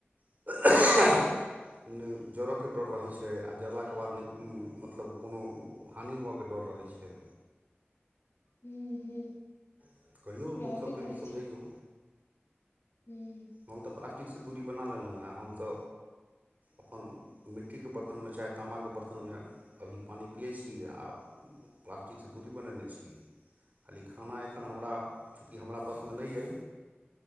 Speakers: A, on the right; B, on the left.
A: आ नहि जड़यके डर रहैत छै आ जड़लाके बाद नहि मतलब कोन हानि हुअके डर रहै छ
B: ह ह
A: तऽ कहियौ
B: रहबे
A: लोकसभकेँ
B: करै
A: भी समझैयौ
B: छ हूँ
A: हम तऽ प्लास्टिकसँ दूरी बना लेलहुँ हँ हम त अपन मिट्टीके बर्तनमे चाहे तामाके बर्तनमे अभी पानि पियै छी आ प्लास्टिकसँ दूरी बनेने छी खाली खाना एखनहमरा चूँकि हमरा बसमे नहि अ